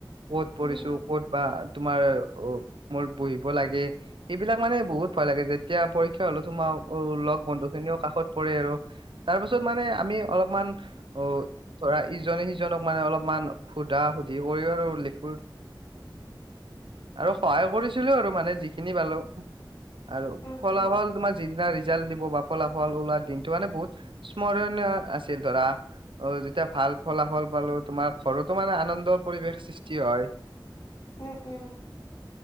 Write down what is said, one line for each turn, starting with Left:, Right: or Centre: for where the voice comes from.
Right: ক'ত পঢ়িছো
Left: উম উম
Right: ক'ত বা তোমাৰ অ মোৰ বহিব লাগে। সবিলাক মানে বহুত ভয় লাগে যেতিয়া পৰীক্ষা হলেও তোমাৰ লগ বন্ধু খিনিয়ও। আকাশত পৰে আৰু তাৰ পাছত মানে আমি অলপমান অ ধৰা ইজনে সিজনক মানে। অলপমান সুধা সুধি কৰি আৰু লিখো। আৰু সহায় কৰিছিলো আৰু মানে যিখিনি। যিনি পালো আৰু
Left: উম
Right: ফলাফল
Left: উম
Right: তোমাৰ যিদিনা ৰিজাল্ট দিব বা ফলাল। ফল ওলোৱা দিনটো মানে বহুত স্মৰণীয় আছিল ধৰা। অ যেতিয়া ভাল ফলাফল পালো তোমাৰ ঘৰতো মানে আনন্দ পৰিৱেশ সৃষ্টি হয়।
Left: উম উম